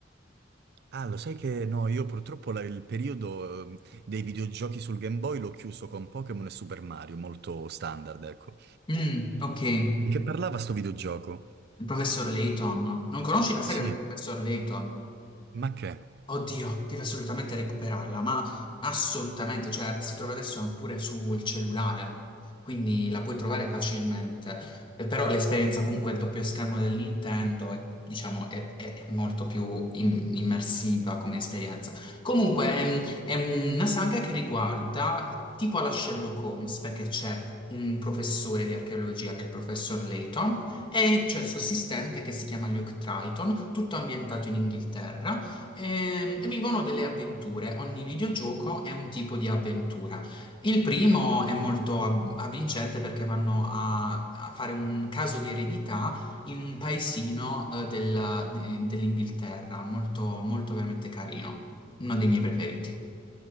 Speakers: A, on the right; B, on the left.
A: Ah, lo sai che no, io purtroppo la- il periodo eh, dei videogiochi sul Game Boy l'ho chiuso con Pokémon e Super Mario, molto standard, ecco.
B: Mm, ok, il
A: Di che parlava sto videogioco?
B: professor Layton. Non conosci la saga
A: Sì,
B: del professor Layton?
A: ma che?
B: Oddio, deve assolutamente recuperarla, ma assolutamente, cioè si trova adesso anche pure sul cellulare, quindi la puoi trovare facilmente. Eh, Però l'esperienza comunque del doppio schermo del Nintendo è, diciamo, è, è molto più im- immersiva come esperienza. Comunque ehm, è una saga che riguarda tipo alla Sherlock Holmes, perché c'è un professore di archeologia che è il professor Layton e c'è il suo assistente che si chiama Luke Triton, tutto ambientato in Inghilterra. Ehm, e vivono delle avventure. Ogni videogioco è un tipo di avventura. Il primo è molto av- avvincente perché vanno a, a fare un caso di eredità in un paesino, eh, della- de- dell'Inghilterra, molto, molto veramente carino. Uno dei miei preferiti.